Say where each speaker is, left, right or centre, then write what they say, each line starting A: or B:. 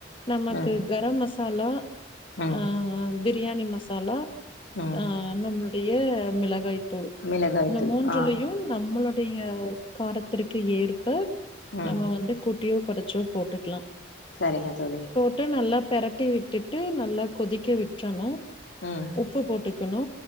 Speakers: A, on the left (about 25°); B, on the left (about 70°).
A: நமக்கு
B: ம்
A: கரம் மசாலா
B: ம்
A: அ பிரியாணி மசாலா
B: ம்
A: அ நம்மளுடைய மிளகாய் தூள் தூள்
B: மிளகாய்
A: இந்த
B: தூள்
A: மூன்றுலையு
B: ஆ
A: நம்மளுடைய காரத்திற்கு ஏற்ப
B: ம்
A: நம்ம வந்து கூட்டியோ குறைச்சோ போட்டுக்கலா
B: சரிங்க தோழி
A: விட்டு நல்லா பெரட்டி விட்டுட்டு நல்லா கொதிக்க விட்டுரணு
B: ம்
A: உப்பு போட்டுக்கணு